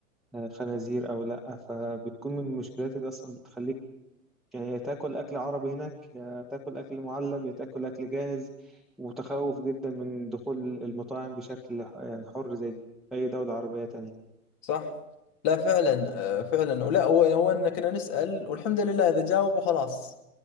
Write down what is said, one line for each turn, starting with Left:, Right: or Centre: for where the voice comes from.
Centre: آه، خنازير او لا فبتكون من المشكلات اللي اصلا بتخليك يعني يا تاكل اكل عربي هناك يا تاكل اكل معلب يا تاكل اكل جاهز متخوف جدا من دخول المطاعم بشكل يعني حر زي اي دوله عربيه تانية
Left: صح؟ لا فعلا آه، فعلا ولا هو هو إن كنا نسأل والحمد لله إذا جاوبوا خلاص